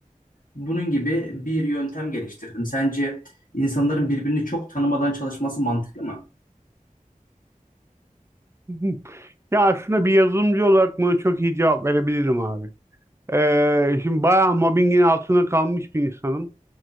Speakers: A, on the left; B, on the right.
A: bunun gibi bir yöntem geliştirdim. Sence insanların birbirini çok tanımadan çalışması mantıklı mı?
B: Hı hı. Ya aslında bir yazılımcı olarak buna çok iyi cevap verebilirim abi. Ee, şimdi bayağı mobbingin altında kalmış bir insanım.